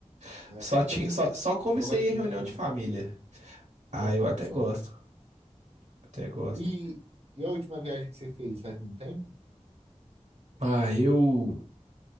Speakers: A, on the right (about 85°); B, on the right (about 60°).
A: <laughs>
B: É,
A: Só
B: eu
A: tinha,
B: também
A: só,
B: t-
A: só comecei
B: eu não gosto de
A: em
B: cozinhar
A: reunião
B: não.
A: de família. Ah,
B: Só como,
A: eu até
B: só.
A: gosto, até gosto.
B: E, e a última viagem que você fez faz muito tempo?
A: Ah, eu